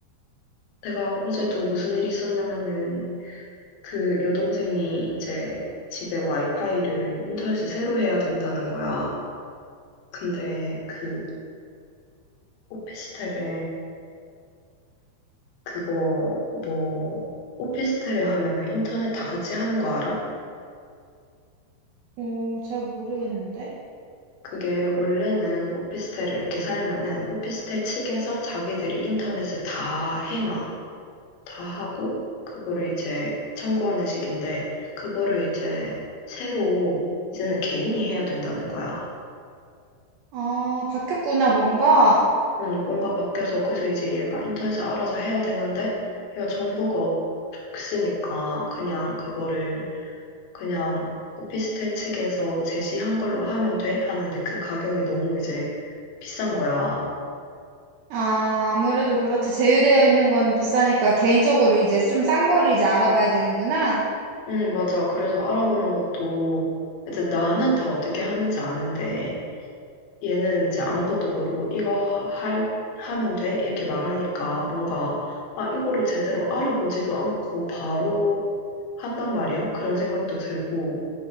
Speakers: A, on the left (about 80°); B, on the right (about 75°).
A: 내가 어제도 무슨 일이 있었냐면은 그 여동생이 이제 집에 와이파이를 인터넷을 새로 해야 된다는 거야. 근데 그 오피스텔에 그거 뭐 오피스텔에 하면은 인터넷 다 같이 하는 거 알아?
B: 오, 잘 모르겠는데.
A: 그게 원래는 오피스텔에 이렇게 살면은 오피스텔 측에서 자기들이 인터넷을 다 해놔. 다 하고, 그거를 이제 청구하는 식인데, 그거를 이제 새로 이제는 개인이 해야 된다는 거야.
B: 아, 바뀌었구나, 뭔가.
A: 응, 뭔가 바뀌어서, 그래서 이제 얘가 인터넷을 알아서 해야 되는데, 얘가 정보가 없으니까 그냥 그거를 그냥 오피스텔 측에서 제시한 걸로 하면 돼? 하는데 그 가격이 너무 이제 비싼 거야.
B: 아, 아무래도 그렇지. 제휴되어 있는 건 비싸니까 개인적으로 이제 좀 싼 거를 이제 알아봐야 되는구나.
A: 응, 맞아. 그래서 알아보는 것도, 이제 나는 다 어떻게 하는지 아는데, 얘는 이제 아무것도 모르고, 이거 할, 하면 돼? 이렇게 말하니까, 뭔가, 아, 이거를 제대로 알아보지도 않고, 바로 한단 말이야? 그런 생각도 들고,